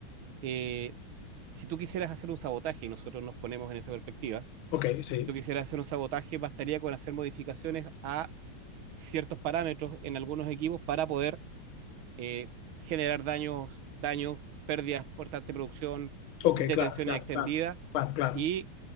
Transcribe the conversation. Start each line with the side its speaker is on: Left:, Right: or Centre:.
Right: eh, si tú quisieras hacer un sabotaje, y nosotros nos ponemos en esa perspectiva,
Left: Ok, sí.
Right: si tú quisieras hacer un sabotaje, bastaría con hacer modificaciones a ciertos parámetros en algunos equipos para poder eh, generar daños, daños, pérdidas por tanta producción,
Left: Ok,
Right: detenciones
Left: claro, claro,
Right: extendidas.
Left: claro. Claro, claro.
Right: Y